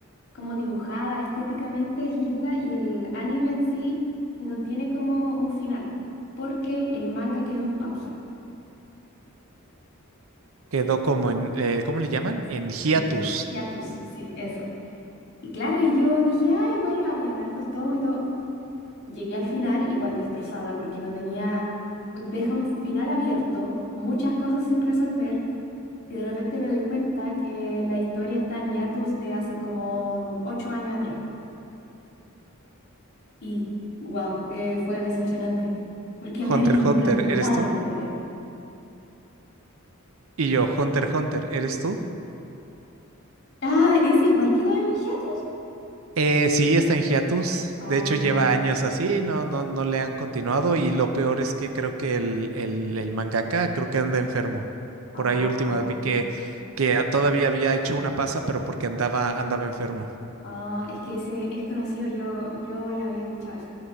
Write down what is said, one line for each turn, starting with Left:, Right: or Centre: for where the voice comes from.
Left: como dibujada, estéticamente es linda y el anime en sí no tiene como un final porque el manga quedó en pausa,
Right: Quedó como en, eh, ¿cómo le llaman? En hiatus.
Left: en hiatus, sí, eso. Y claro, y yo dije, ah, igual habían hartos tomos y todo. llegué al final igual destrozada porque no tenía, deja un final abierto, muchas cosas sin resolver y de repente me doy cuenta que la historia está en hiatus de hace como ocho años atrás. Y wow, fue decepcionante porque
Right: Hunter,
Left: me había encantado
Right: Hunter, ¿eres tú?
Left: la historia.
Right: Y yo, Hunter, Hunter, ¿eres tú?
Left: Ah, ¿es igual quedó en hiatus?
Right: Eh, sí, está en hiatus.
Left: Ah,
Right: De hecho, lleva años así, no, no, no le han continuado. Y lo peor es que creo que el, el, el mangaka creo que anda enfermo.
Left: ah.
Right: Por ahí últimas vi que, que todavía había hecho una pasa, pero porque andaba, andaba enfermo.
Left: Ah, es que ese es conocido, yo, yo la había escuchado ese.